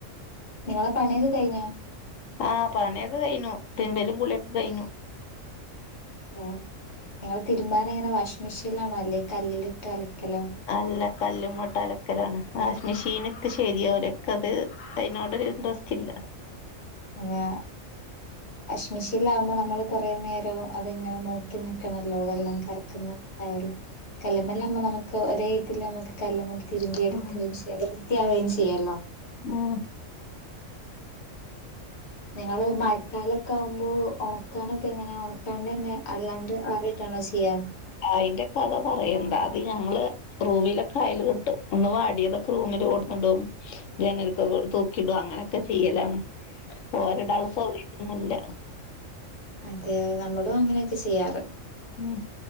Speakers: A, on the left; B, on the left.
A: നിങ്ങളെ പണിയൊക്കെ കഴിഞ്ഞോ?
B: ആ പണിയൊക്കെ കഴിഞ്ഞു തിരുമ്പലും കുളിയൊക്കെ കഴിഞ്ഞു.
A: ആഹ് നിങ്ങള് തിരുമ്മാൻ എങ്ങനാ വാഷിംഗ് മിഷീനിലാണോ അല്ലെ കല്ലേലിട്ട് അലക്കലോ?
B: അല്ല കല്ലുമ്മട്ട് അലക്കലാണ് വാഷിംഗ്‌ മിഷീനിട്ട് ശരിയാവൂല്ല ഇക്ക് അത് അയിനോട് ഒരു ഇൻട്രസ്റ്റ് ഇല്ല.
A: ആ വാഷിംഗ്‌ മിഷീനിൽ ആവുമ്പോ നമ്മള് കൊറെ നേരം അതിങ്ങനെ നോക് നോക്കി നിക്കണല്ലോ വെള്ളം കറക്കുന്ന <unintelligible> കല്ലുമേലാവുമ്പോ നമുക്ക് ഒരേ ഇതിലങ്ങ് കല്ലുമ്മേൽ തിരുമ്പി
B: ഉം
A: എടുക്കുകയും ചെയ്യാം വൃത്തിയാവുകയും ചെയ്യൂല്ലോ
B: ഉം
A: നിങ്ങള് മഴക്കാലൊക്കെ ആവുമ്പോ ഒണക്കാനൊക്കെ എങ്ങനെയാ ഒണക്കാണ്ട് തന്നെ അല്ലാണ്ട് ട്ടാണോ ചെയ്യാ
B: അയിന്റെ കഥ പറയെണ്ട അത് ഞങ്ങള് റൂമിലൊക്കെ അയല് കെട്ടും ഒന്ന് വാടിയതൊക്കെ റൂമിൽ ലോട്ട് കെടന്നിടും ജനൽക്കെ തൂക്കിടും അങ്ങനെയൊക്കെ ചെയ്യലാണ് തോരടാള്ള സൗകര്യൊന്നുല്ല
A: അതെയോ നമ്മളും അങ്ങനെയെക്കെ ചെയ്യാറ്
B: ഉം